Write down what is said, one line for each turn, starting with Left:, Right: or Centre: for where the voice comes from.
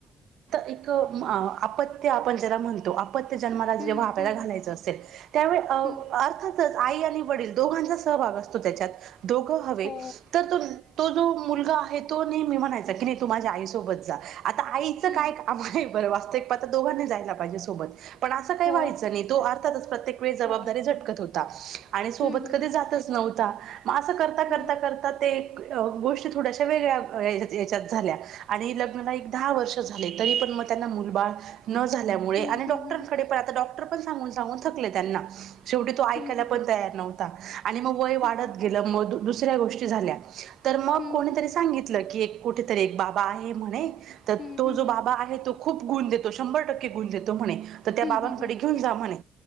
Right: एक आपत्य आपण ज्याला म्हणतो. आप त्य जन्माला
Left: हम्म
Right: तेव्हा आपल्याला
Left: हम्म हम्म
Right: घालायचं असेल, त्यावेळी अ
Left: हम्म
Right: अर्थ आई आणि वडील दोघांचा सहभाग असतो त्याच्यात. दोघं हवे,
Left: हो
Right: तर तो तो जो मुलगा आहे तो नेहमी म्हणायचा की नाही तू माझ्या आईसोबत जा. आता आईचं
Left: हम्म
Right: काय काम आहे बरं वास्तविक पाहता दोघांनी जायला पाहिजे सोबत. पण असं काही
Left: हो
Right: व्हायचं नाही तो अर्थातच प्रत्येक वेळ जबाबदारी
Left: हो
Right: झटकत होता आणि सोबत
Left: हम्म हम्म
Right: कधी जातच नव्ह होता. मग असं करता,
Left: हम्म
Right: करता, करता ते अ गोष्टी थोड्याश्या वेगळ्या याच्यात झाल्या. आणि लग्नाला एक दहा वर्ष झाले, तरी पण मग त्यांना मुलंबाळं न झाल्यामुळे
Left: हम्म
Right: आणि डॉ
Left: हम्म
Right: कडे
Left: हम्म
Right: पण आता डॉक्टर पण सांगून सांगून थकले त्यांना. शेवटी
Left: हम्म
Right: तो ऐकायला
Left: हम्म
Right: पण तयार नव्हता. आणि मग वय
Left: हम्म
Right: वाढत गेलं, मग दुसऱ्या गोष्टी झाल्या. तर मग
Left: हम्म
Right: कोणीतरी सांगितलं की एक कुठेतरी एक बाबा आहे म्हणे, तर
Left: हम्म
Right: तो
Left: हम्म हम्म हम्म
Right: जो बाबा आहे तो खूप गुण देतो, शंभर टक्के गुण देतो म्हणे. तर त्या
Left: हम्म
Right: बाबांकडे
Left: हम्म हम्म
Right: घेऊन जा म्हणे.